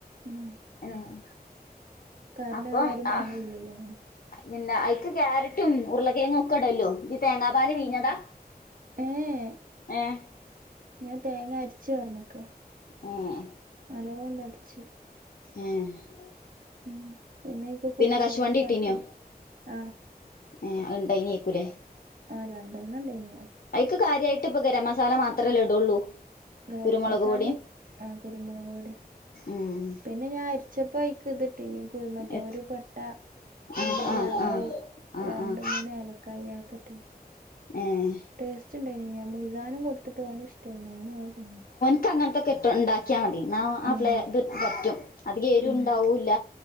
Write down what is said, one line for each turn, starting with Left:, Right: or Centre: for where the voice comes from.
Right: ഉം
Left: ഉം
Right: കാരണം
Left: അപ്പം
Right: അത് ആരും
Left: ആഹ്
Right: വാങ്ങൂല്ലല്ലോ അങ്ങനെ
Left: പിന്നെ അയ്ക്ക് ക്യാരറ്റും ഉരുളകിഴങ്ങും ഒക്കെ ഇടല്ലോ ഇജ് തേങ്ങാ പാൽ പീഞ്ഞതാ
Right: ഏഹ്
Left: ഏഹ്
Right: ഞാൻ തേങ്ങ അരിച് പാർന്നക്കാ
Left: ഏഹ്
Right: നല്ലോണ്ടരച്ച്
Left: ഏഹ്
Right: ഉം പിന്നെ അയിക്ക് കുരുമുളകും
Left: പിന്നെ കശുവണ്ടി
Right: പട്ടിം
Left: ഇട്ടീനോ
Right: ആഹ്
Left: ഏഹ് അഹ് ഉണ്ടായ്നിക്കൂലേ.
Right: ആഹ് രണ്ടെണ്ണം ഉണ്ടെയ്നി.
Left: അയിക്ക് കാര്യമായിട്ട് ഇപ്പൊ ഗരം മസാല മാത്രല്ലെ ഇടുള്ളൂ.
Right: ഗരം
Left: കുരുമുളക്
Right: മസാലേം
Left: പൊടിയും
Right: ആഹ് കുരുമുളക് പൊടീം.
Left: ഉം
Right: പിന്നെ ഞാൻ അരിച്ചപ്പ അയിക്ക് ഇതിട്ടീനി. മറ്റേ
Left: എത്ത്
Right: ഒരു പട്ട പിന്നെ
Left: ആഹ്
Right: ഗ്രാമ്പു
Left: ആഹ് ആഹ് ആഹ്
Right: രണ്ട്
Left: ആഹ്
Right: മൂന്ന് ഏല കായ്യാ അഹക്കട്ടിനി
Left: ഏഹ്
Right: ടേസ്റ്റ് ഉണ്ടായിനി. ഞാൻ മിസാനും കൊടുത്തിട്ട് ഓന് ഇഷ്ടായിനു. ഓന് അത് തിന്നു.
Left: ഇപ്പ അങ്ങനത്തൊക്കെ ഇട്ട് ഉണ്ടാക്കിയാൽ മതി. എന്നാ
Right: ഉം
Left: അവളെ ഇത് പറ്റും. അധികം എരിവ്
Right: ഉം
Left: ഉണ്ടാവൂല്ല.